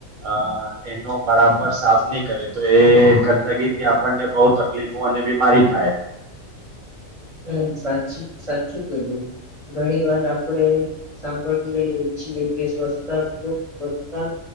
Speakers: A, on the right; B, on the right.
A: અ એનો બરાબર સાફ નહી કરે તો એ ગંદગી થી આપણને બહ તકલીફો અને બીમારી થાય
B: હમ સાચી સાચું કધું ઘણી વાર આપણેે સાંભળી લ છીએ કે સ્વચછતા તો સ્વચ્છતા